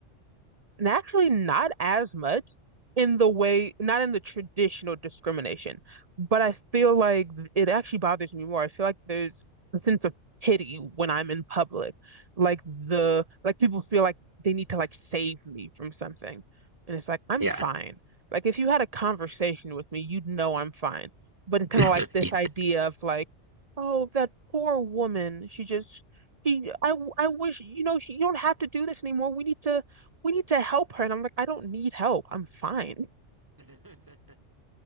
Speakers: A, on the right (about 30°); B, on the right (about 15°).
A: And actually, not as much in the way, not in the traditional discrimination, but I feel like it actually bothers me more. I feel like there's a sense of pity when I'm in public. Like the, like people feel like they need to like save me from something. And it's like, I'm
B: Yeah,
A: fine. Like if you had a conversation with me, you'd know I'm fine. But it's kind of
B: <laughs>
A: like this
B: yeah.
A: idea of like, oh, that poor woman, she just, she, I, I wish, you know, she, you don't have to do this anymore. We need to we need to help her. And I'm like, I don't need help. I'm fine.